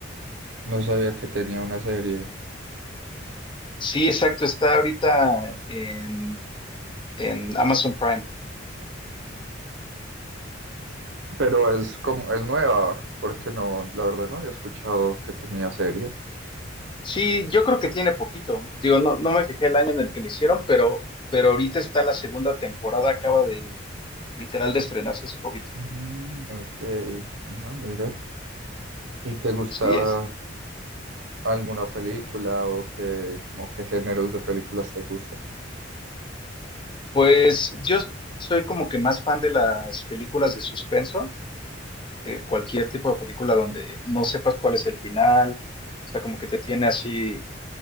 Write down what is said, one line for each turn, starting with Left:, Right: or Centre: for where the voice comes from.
Right: no sabía que tenía una serie.
Left: Sí, exacto, está ahorita en, en Amazon Prime.
Right: pero es como, es nueva, porque no, la verdad no había escuchado que tenía serie.
Left: Sí, yo creo que tiene poquito. Digo, no, no me fijé el año en el que lo hicieron, pero, pero ahorita está la segunda temporada, acaba de literal de estrenarse hace poquito.
Right: Mm, ok, no, mira. ¿Y te gusta
Left: Sí es.
Right: alguna película o qué, como qué géneros de películas te gustan?
Left: Pues yo soy como que más fan de las películas de suspenso, eh, cualquier tipo de película donde no sepas cuál es el final, o sea, como que te tiene así.